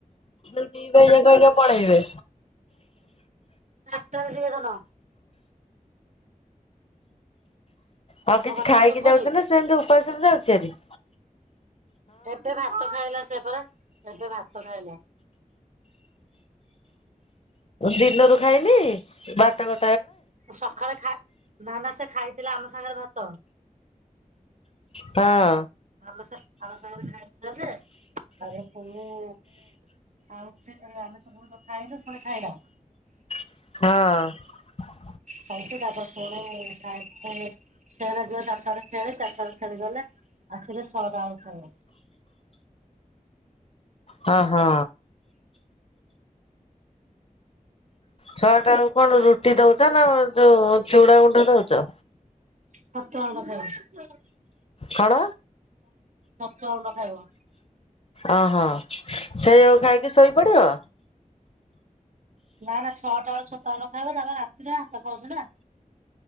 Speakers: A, on the left; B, on the right.
A: ଦି ଭାଇ ଯାକ ଏନେ ପଳେଇବେ।
B: ଆତ ସ ଏ ଧନ
A: ହଉ
B: ମୋ
A: କିଛି
B: କଥା
A: ଖାଇକି
B: ଶୁଭୁନି
A: ଯାଉଛି ନା ସେ ଯାଉଛୁ? ପସନ୍ଦ ଉଚାରୀ
B: ଏବେ ଭାତ ଖାଇଲା ସେ ପରା ଏବେ ଭା ତ ଖାଇଲା।
A: ଦିନରୁ ଖାଇନି ବାରଟା ଗୋ
B: ସକାଳେ ଖା ଧାନ ସେ ଖାଇଥିଲା ଆମ ସାଙ୍ଗରେ ଭାତ
A: ହଁ
B: ଆମ ଆମ ସାଙ୍ଗରେ ଖାଇ ଯେ ଆରେ ପୁ ହେଁ ଆଉଠି ଆମେ ସବୁବେ ଖାଇଲୁ ସେ ଖାଇଲା
A: ହଁ
B: ଖାଇଛି ତାପରେ ଫୁଣି ଖାଇ ଫେରେ ରେ ଯିବ ଚାରିଟା ଖେଳି ଚାରିଟେ ଖେଳି ଗଲେ ଆସିଲେ ଛଅଟା ବେଳକୁ ଖାଇବ।
A: ହଁ ହଁ ଛଆ ଟା ବେଳକୁ କଣ ରୁଟି ଦଉଛ ନା ଯୋଉ ଚୁଡା ଗୁଣ୍ଡ ଦଉଛ?
B: <unintelligible>
A: କଣ?
B: ଛତୁଆ ଗୁଣ୍ଡ ଖାଇବ।
A: ଅ ହ ସେ ଯୋଉ ଖାଇକି ଶୋଇପଡିବ?
B: ନା ନା ଛଅଟା ବେଳ ଛତ ଗୁଣ୍ଡ ଖାଇବ ତାଲେ ରାତିରେ ଭାତ ଖାଉଛିନା